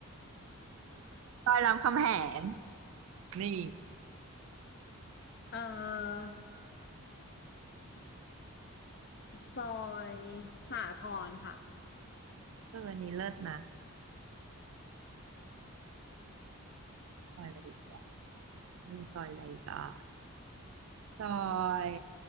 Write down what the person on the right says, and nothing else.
ซอยรามคำแหงนี่
เอออันนี้เลิศนะซอยอะไรอีกมีซอยอะไรอีกอ่ะ ซอย